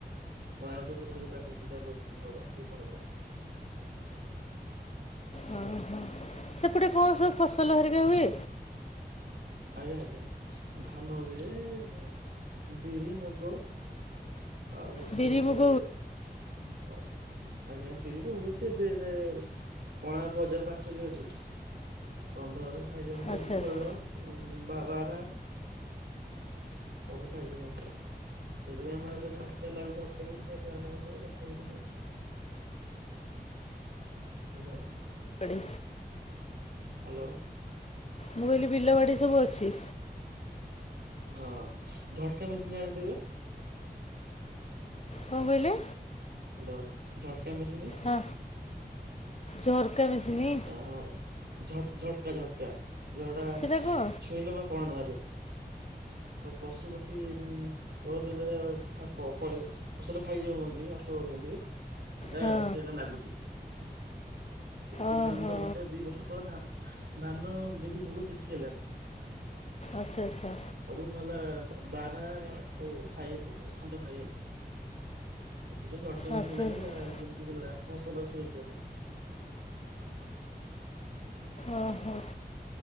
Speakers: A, on the right; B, on the left.
A: କୋଣାର୍କଠୁ ସେପଟ ଯୋଉ କାକଟପୁର ଯିବା ପାଇଁ ରୋଡ ସେପଟ ରୋଡ।
B: ଅ ହଁ। ସେପଟେ କଣ ସବୁ ଫସଲ ହେରିକା ହୁଏ?
A: ଆଜ୍ଞା ଆଜ୍ଞା ଧାନ ହୁଏ ଉମ ବିରି, ମୁଗ। ଆଉ ସୋରିଷ
B: ବିରି ମୁଗ
A: ହୁଏ ଆଉ। ଆଜ୍ଞା ଫେରିବୁ <unintelligible> କଣା ବଜାର ପାଖରେ ଯେହେତୁ। ଷଣ୍ଢ ଖାଇ ଯାଉ
B: ଆଚ୍ଛା
A: ଆସିକି
B: ଆଚ୍ଛା
A: ହରିଣ ବା ବାରାହା। ସବୁ ଖାଇ ଯାଉଛନ୍ତି ସେଥିପାଇଁ ଆମର ଘଣ୍ଟେ ଲାଗୁଥିବ <unintelligible> ହ୍ୟାଲୋ।
B: ଏଡି
A: ହାଲୋ।
B: ମୁଁ କହିଲି ବିଲବାଡି ସବୁ ଅଛି?
A: ହଁ ଝଟକା ମେସିନ୍ ଜାଣିଥିବେ?
B: କଣ କହିଲେ?
A: ହ୍ୟାଲୋ ଝଟକା ମେସିନି
B: ହଁ ଝରକା ମେସିନି?
A: ଆ ଝଟ୍ ଝଟକା ଝଟକା ଯୋଉଟା
B: ସେଟା କ'ଣ
A: ଛୁଇଁଲେ ମ କରେଣ୍ଟ ମାରିବ। ପଶୁ ପକ୍ଷୀ ଯ <unintelligible> ଉପରେ। ଖୁସଲ ଖାଇ ଯାଉ ନାହନ୍ତି ନଷ୍ଟ କରୁ ଛନ୍ତି ଏଇଟା
B: ହଁ
A: ସେଇଟା ଲାଗୁଛି କିନ୍ତୁ
B: ଓହୋ
A: ଆମର ଗୋଟେ ଦି ବର୍ଷ ତଳେ ଧା ଧାନ, ବିରି, ମୁଗ କିଛି ହେଲାନି।
B: ଆଛା ଆଛା।
A: ସବୁ ହେଲା ବାରହା ହଉ ଖାଇ ଖଣ୍ଡ ଖାଇଗଲେ ସେଥିପାଇଁ ଝଟକା ମେସିନ୍
B: ଆଚ୍ଛା
A: ଲାଗିଲା
B: ଆଚ୍ଛା
A: ଯେମିତି ହେଲା ଫସଲ ସୁରକ୍ଷା ପାଇଁ
B: ଓ ହୋ।